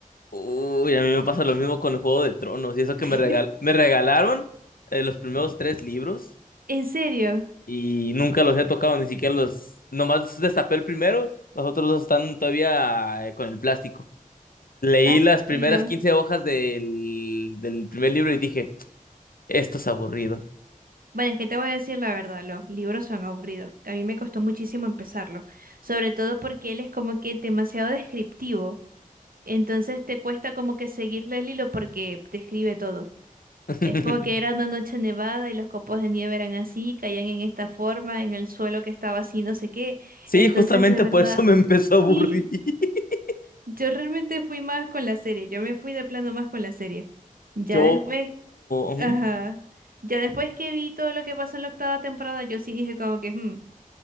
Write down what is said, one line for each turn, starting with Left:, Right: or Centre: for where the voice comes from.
Left: Uy, a mí me pasa lo mismo con el Juego de Tronos. Y eso que
Right: <laughs>
Left: me regal- me regalaron eh, los primeros tres libros
Right: ¿En serio?
Left: y nunca los he tocado, ni siquiera los... Nomás destapé el primero, los otros dos están todavía eh, con el plástico. Leí
Right: Ay,
Left: las primeras
Right: Dios mío.
Left: 15 hojas del, del primer libro y dije, esto es aburrido.
Right: Bueno, es que te voy a decir la verdad, los libros son aburridos. A mí me costó muchísimo empezarlos, sobre todo porque él es como que demasiado descriptivo. Entonces te cuesta como que seguirle el hilo porque describe todo.
Left: <laughs>
Right: Es como que era una noche nevada y los copos de nieve eran así, caían en esta forma, en el suelo que estaba así, no sé qué.
Left: Sí,
Right: Entonces,
Left: justamente
Right: de verdad,
Left: por eso me
Right: <laughs>
Left: empezó a aburrir.
Right: sí.
Left: <laughs>
Right: Yo realmente fui más con la serie, yo me fui de plano más con la serie. Ya
Left: Yo,
Right: después,
Left: ujú,
Right: ajá, ya después que vi todo lo que pasó en la octava temporada, yo sí dije como que, "Hmm,